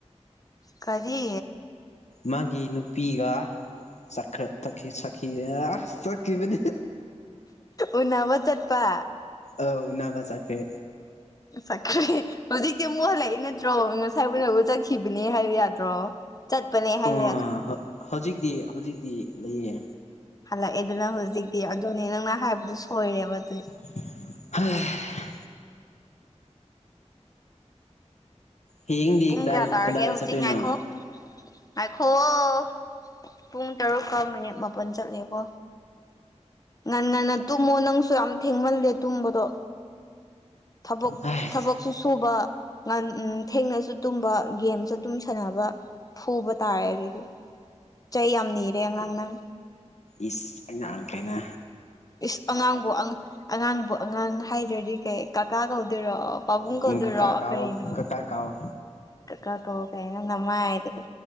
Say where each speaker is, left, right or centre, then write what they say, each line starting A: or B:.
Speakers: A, on the left; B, on the left.
A: ꯀꯔꯤ
B: ꯃꯥꯒꯤ ꯅꯨꯄꯤꯒ <unintelligible> ꯆꯠꯈꯤꯕꯅꯤ
A: ꯎꯅꯕ ꯆꯠꯄ
B: ꯑꯧ ꯎꯅꯕ ꯆꯠꯈ꯭ꯔꯦ
A: ꯆꯠꯈ꯭ꯔꯦ ꯍꯧꯖꯤꯛꯇꯤ ꯑꯃꯨꯛ ꯍꯜꯂꯛꯏ ꯅꯠꯇ꯭ꯔꯣ ꯉꯁꯥꯏꯕꯨ ꯑꯣꯏꯅꯕꯨ ꯆꯠꯈꯤꯕꯅꯦ ꯍꯥꯏꯕ ꯌꯥꯗ꯭ꯔꯣ ꯆꯠꯄꯅꯦ ꯍꯥꯏꯌꯣ
B: ꯑꯥ ꯍꯧꯖꯤꯛꯇꯤ ꯍꯧꯖꯤꯛꯇꯤ ꯂꯩꯌꯦ
A: ꯍꯜꯂꯛꯑꯦ ꯑꯗꯅ ꯍꯧꯖꯤꯛꯇꯤ ꯑꯗꯨꯅꯦ ꯅꯪꯅ ꯍꯥꯏꯕꯗꯨ ꯁꯣꯏꯔꯦꯕ ꯑꯗꯨ
B: ꯍꯣꯏ ꯍꯌꯦꯡꯗꯤ
A: ꯄꯨꯡ
B: ꯀꯗꯥꯏ
A: ꯀꯌꯥ ꯇꯥꯔꯒꯦ
B: ꯀꯗꯥꯏꯗ
A: ꯍꯧꯖꯤꯛ
B: ꯆꯠꯇꯣꯏꯅꯣ
A: ꯉꯥꯏꯈꯣꯛ ꯉꯥꯏꯈꯨꯋ‌ꯣ ꯄꯨꯡ ꯇꯔꯨꯛꯀ ꯃꯤꯅꯤꯠ ꯃꯥꯄꯜ ꯆꯠꯂꯦꯀꯣ ꯉꯥꯟ ꯉꯟꯅ ꯇꯨꯝꯃꯣ ꯅꯪꯁꯨ ꯌꯥꯝ ꯊꯦꯡꯃꯜꯂꯦ ꯇꯨꯝꯕꯗꯣ ꯊꯕꯛ
B: ꯍꯥꯏ
A: ꯊꯕꯛ ꯁꯨ ꯁꯨꯕ ꯉꯟ ꯎꯃ ꯊꯦꯡꯅꯁꯨ ꯇꯨꯝꯕ ꯒꯦꯝꯁꯨ ꯑꯗꯨꯝ ꯁꯥꯟꯅꯕ ꯐꯨꯕ ꯇꯥꯔꯦ ꯑꯗꯨꯗꯤ ꯆꯩ ꯌꯥꯝ ꯅꯤꯔꯦ ꯑꯉꯥꯡ ꯅꯪ
B: ꯏꯁ ꯑꯉꯥꯡ ꯀꯥꯏꯅ
A: ꯏꯁ ꯑꯉꯥꯡꯕꯨ ꯑ ꯑꯉꯥꯡꯕꯨ ꯑꯉꯥꯡ ꯍꯥꯏꯗ꯭ꯔꯗꯤ ꯀꯩ ꯀꯥꯀꯥ ꯀꯧꯗꯣꯏꯔꯣ ꯄꯕꯨꯨꯡ ꯀꯧꯗꯨꯏ
B: ꯎꯝ ꯀꯀꯥ
A: ꯔꯣ
B: ꯀꯥꯎꯑꯣ
A: ꯀꯔꯤꯅꯣ
B: ꯀꯀꯥ ꯀꯥꯎꯑꯣ
A: ꯀꯥ ꯀꯥ ꯀꯧ ꯀꯥꯏꯅ ꯅꯪ ꯅꯃꯥꯏꯗꯨꯗ